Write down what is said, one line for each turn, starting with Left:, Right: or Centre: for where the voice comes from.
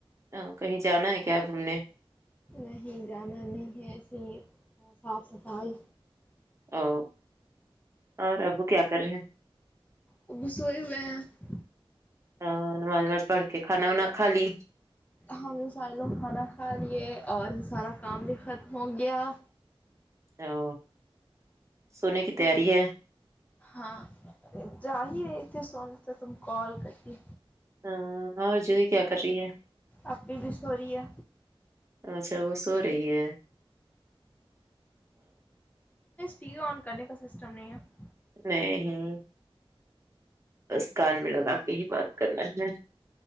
Right: آ کہیں جانا ہے کیا گھومنے
Left: نہیں جانا نہیں ہے ایسے ہی تھوڑا صاف صفائی
Right: او اور ابو کیا کر رہے ہیں
Left: ابو سوئے ہوئے ہیں
Right: آ نماز نماز پڑھ کے کھانا وا کھالی
Left: ہم نے سارے لوگ کھانا کھا لیے اور سارا کام بھی ختم ہو گیا
Right: او سونے کی تیاری ہے
Left: ہاں جا ہی رہے تھے سونے تو تم کال کرتی
Right: آہ، اور جوہی کیا کر رہی ہے
Left: آپ کی کش ہو رہی ہے
Right: اچھا وہ سو رہی ہے
Left: ٹی وی آن کرنے کا سسٹم نہیں ہے
Right: نہیں بس کان میں لگا کے ہی بات کرنا ہے